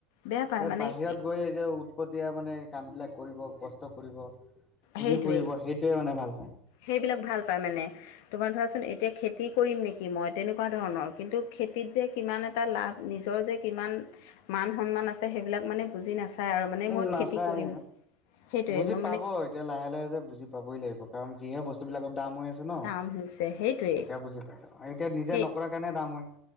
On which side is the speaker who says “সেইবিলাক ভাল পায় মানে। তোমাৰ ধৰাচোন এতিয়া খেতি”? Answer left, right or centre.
Left